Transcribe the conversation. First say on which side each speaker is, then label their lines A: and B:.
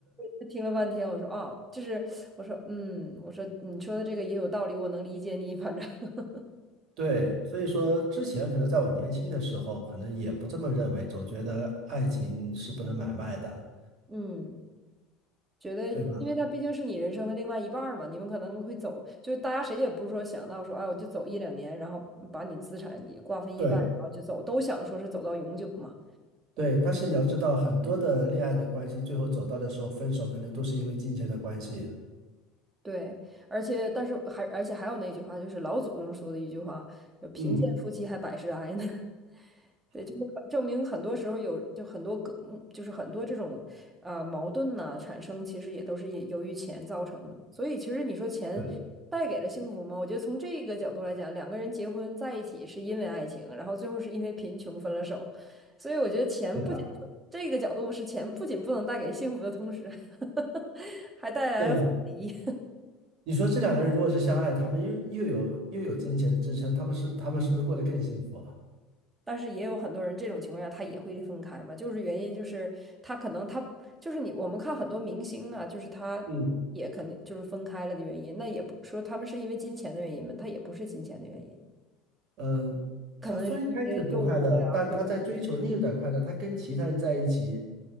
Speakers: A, on the right; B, on the right.
A: 我听了半天，我说哦，就是我说嗯，我说你说的这个也有道理，我能理解你，反正 <laughs>
B: 对，所以说之前可能在我年轻的时候，可能也不这么认为，总觉得爱情是不能买卖的，
A: 嗯，觉得因为他毕竟是你人生的另外一半儿嘛，
B: 对吧？
A: 你们可能会走，就是大家谁也不是说想到说，哎，我就走一两年，然后把你资产也瓜分一半，
B: 对
A: 然后就走，都想说是走到永久嘛。
B: 对，但是你要知道，很多的恋爱的关系，最后走到的时候分手，可能都是因为金钱的关系。
A: 对，而且但是还而且还有那句话，就是老祖宗说的一句话，就贫贱夫妻还百事哀呢。
B: 嗯，
A: 对，就是证明很多时候有就很多个，就是很多这种呃矛盾呢、产生，其实也都是也由于钱造成的嘛所以其实你说钱带给了幸福吗？
B: 对
A: 我觉得从这个角度来讲，两个人结婚在一起是因为爱情，然后最后是因为贫穷分了手。所以我觉得钱不仅
B: 对啊，
A: 这个角度是钱不仅不能带给幸福的同时，<laughs> 还带来了分离。
B: 对啊。你说这两个人如果是相爱，他们又又有又有金钱的支撑，他们是他们是不是过得更幸福啊？
A: 但是也有很多人这种情况下他也会分开嘛，就是原因就是他可能他就是你我们看很多明星啊，就是他也肯定就是分开了的原因，
B: 嗯，
A: 那也不说他们是因为金钱的原因嘛，他也不是金钱的原因，
B: 嗯、呃他分开是不快乐，
A: 可能是一些诱惑呀，
B: 但他在追求另一种快乐。
A: 或者
B: 他跟其他人在一起，